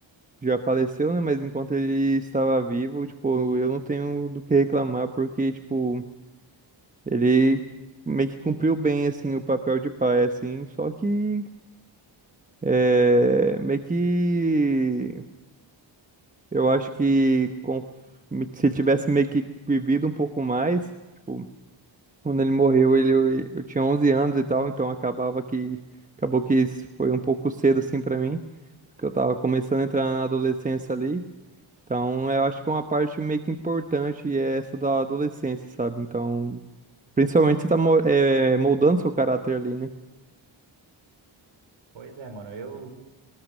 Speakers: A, on the right (about 15°); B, on the right (about 75°).
A: já faleceu, né, mas enquanto ele estava vivo, tipo, eu não tenho do que reclamar, porque, tipo, ele meio que cumpriu bem, assim, o papel de pai, assim, só que... É, meio que Eu acho que com- se ele tivesse meio que vivido um pouco mais, tipo, quando ele morreu, ele, eu, eu tinha 11 anos e tal, então acabava que acabou que isso foi um pouco cedo assim pra mim, porque eu tava começando a entrar na adolescência ali. Então, eu acho que uma parte meio que importante é essa da adolescência, sabe? Então, principalmente você tá mo- eh, moldando seu caráter ali, né?
B: Pois é, mano, eu,